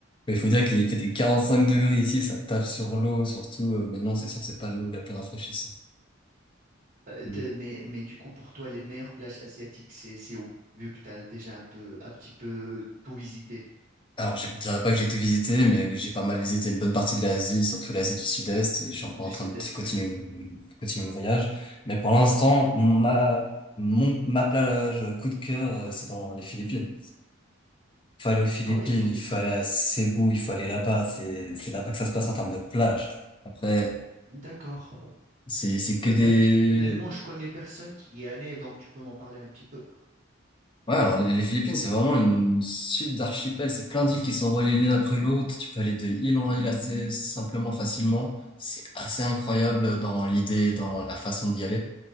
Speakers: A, on the left; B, on the right.
A: il faut dire qu'il fait des 45 degrés ici, ça tape sur l'eau, surtout, euh, maintenant, c'est sûr que c'est pas l'eau la plus rafraîchissante.
B: Euh,
A: Hmm.
B: t'es- mais, mais du coup, pour toi, les meilleures plages asiatiques, c'est, c'est où? Vu que tu as déjà un peu, un petit peu tout visité.
A: Alors, je dirais pas que j'ai tout visité, mais oui, j'ai pas mal visité une bonne partie de l'Asie, surtout l'Asie du Sud-Est, et je suis encore
B: Du
A: en
B: sud-est,
A: train de continuer,
B: oui.
A: continuer mon voyage. Mais pour l'instant, ma, mon, ma plage coup de cœur, euh, c'est dans les Philippines. Il faut aller aux Philippines,
B: Ah ouais, les Philippines.
A: il faut aller à Cebu, il faut aller là-bas, c'est, c'est là-bas que ça se passe en termes de plage. Après,
B: D'accord.
A: c'est, c'est que
B: Euh,
A: des,
B: personnellement, je connais personne qui y est allé, donc tu peux m'en parler un petit peu.
A: Ouais, alors les, les Philippines, c'est vraiment une suite d'archipels. C'est plein d'îles qui sont reliées l'une après l'autre. Tu peux aller de île en île assez simplement, facilement. C'est assez incroyable dans l'idée, dans la façon d'y aller.